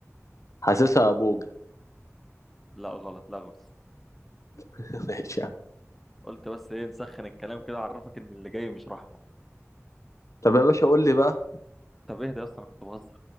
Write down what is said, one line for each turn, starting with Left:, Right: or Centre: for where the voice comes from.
Left: حاسسها ابوجا
Centre: لا غلط لاغوس
Left: <laughs> ماشي يا عم
Centre: قلت بس ايه نسخن الكلام كده اعرفك ان اللي جاي مش رحمة
Left: طب يا باشا قول لي بقى
Centre: طب اهدى يا اسطى انا كنت بهزر